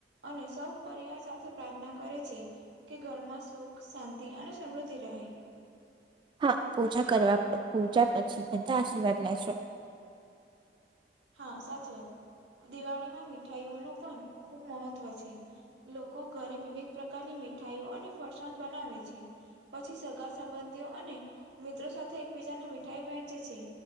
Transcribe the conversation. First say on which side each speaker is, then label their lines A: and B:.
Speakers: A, on the right; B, on the right.
A: અને સૌ પરિવાર સાથે પ્રાર્થના કરે છે કે ઘરમાં સુખ શાંતિ અને સમૃદ્ધિ રહે
B: હા પૂજા કરવા પૂજા પછી બધા આશીર્વાદ લે છે
A: હા સાચી વાત દિવાળીમાં મીઠાઈઓનુ પણ ખુબ મહત્વ છે લોકો ઘરે વિવિધ પ્રકારની મીઠાઈઓ અને ફરસાણ બનાવે છે પછી સગા સંબંધીઓ અને મિત્રો સાથે એકબીજાને મીઠાઈ વહેંચે છે